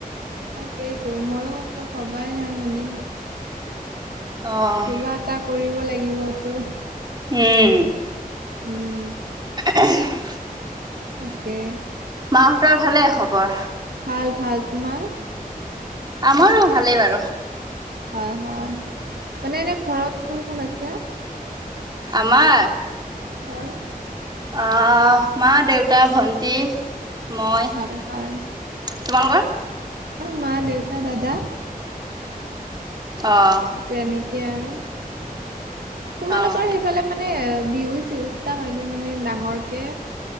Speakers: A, on the right (about 90°); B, on the right (about 30°).
A: তাকেইতো মইও একো ভবাই নাই মানে।
B: অ',
A: কিবা এটা কৰিব লাগিবতো,
B: উম।
A: উম
B: <unintelligible>
A: তাকে
B: মাহঁতৰ ভালে খবৰ
A: ভাল ভাল তোমাৰ?
B: আমাৰো
A: মানে
B: ভালেই বাৰু।
A: হয় হয়, মানে এনেই ঘৰত কোন কোন আছে?
B: আমাৰ
A: হয়
B: আহ মা -দেউতা, ভণ্টি, মই
A: হয় হয়
B: তোমালোকৰ?
A: মা, দেউতা, দাদা
B: আহঁ
A: তেনেকে আৰু তোমালোকৰ
B: অ',
A: সেইফালে মানে মানে বিহু চিহু পা হয়নে মানে ডাঙৰকে